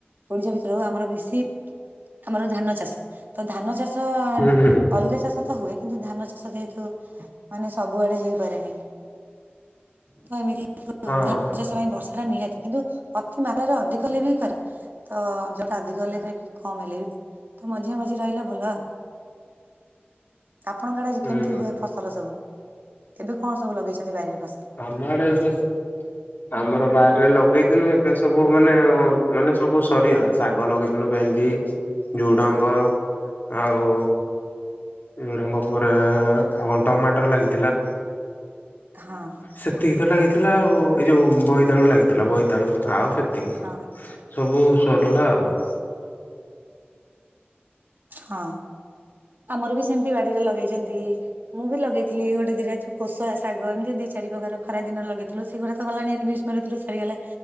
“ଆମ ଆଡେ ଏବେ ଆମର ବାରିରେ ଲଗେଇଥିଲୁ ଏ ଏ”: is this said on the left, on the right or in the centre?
Left